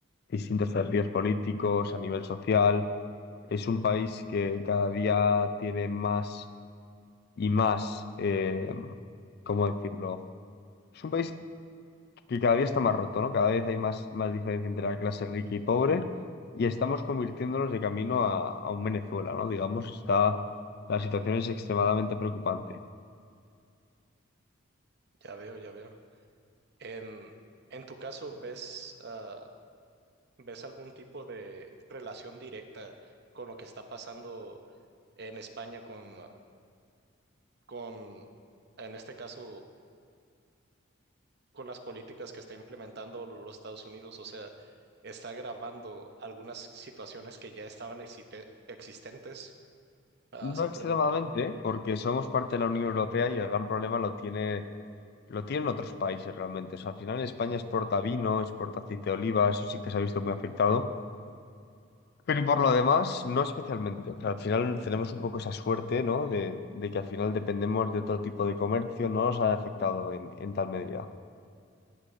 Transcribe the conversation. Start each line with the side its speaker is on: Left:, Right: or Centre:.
Left: distintos partidos políticos, a nivel social. Es un país que cada día tiene más y más, eh, ¿cómo decirlo? Es un país que cada día está más roto, ¿no? Cada vez hay más, más diferencia entre la clase rica y pobre y estamos convirtiéndonos de camino a, a un Venezuela, ¿no? Digamos, está, la situación es extremadamente preocupante.
Right: Ya veo, ya veo. En, en tu caso, ¿ves, ah, ves algún tipo de relación directa con lo que está pasando en España con con, en este caso, con las políticas que está implementando los Estados Unidos, o sea, está agravando algunas situaciones que ya estaban existe- existentes, ah,
Left: No
Right: simplemente.
Left: extremadamente, porque somos parte
Right: Ujú,
Left: de la Unión Europea y el gran problema lo tiene, lo tienen otros países realmente. O sea, al final España
Right: ujú,
Left: exporta vino, exporta aceite de oliva, eso sí que se ha visto muy afectado Pero y por lo demás, no especialmente. O sea, al final tenemos un poco esa suerte, ¿no? De, de que al final dependemos de otro tipo de comercio, no nos ha afectado en, en tal medida.